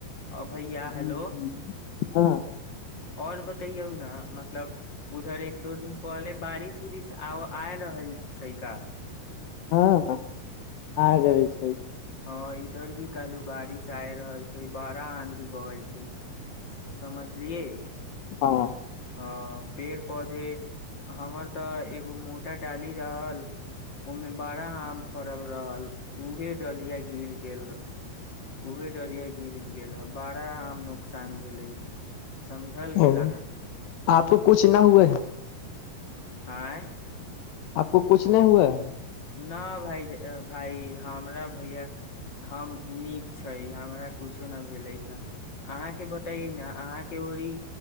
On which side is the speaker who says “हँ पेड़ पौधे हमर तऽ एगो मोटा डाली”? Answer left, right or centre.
Left